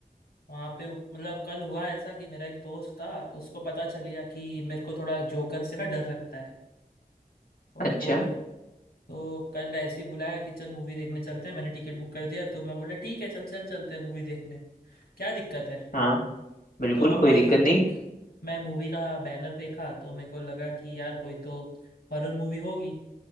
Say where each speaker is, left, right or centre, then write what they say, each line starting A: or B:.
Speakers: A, on the left; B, on the left.
A: वहां पे मतलब कल हुआ ऐसा कि मेरा एक दोस्त था उसको पता चल गया कि मेरे को थोड़ा जोकर से ना डर लगता है तो
B: अच्छा
A: मेरे को तो कल ऐसे ही बुलाया कि चल मूवी देखने चलते हैं मैंने टिकट बुक कर दिया तो मैं बोला ठीक है चल चल चलते हैं मूवी देखने क्या दिक्कत है
B: हाँ बिल्कुल
A: तो अब
B: कोई
A: भाई
B: दिक्कत
A: मैं
B: नहीं
A: मैं मूवी का बैनर देखा तो मेरे को लगा कि यार कोई तो हॉरर मूवी होगी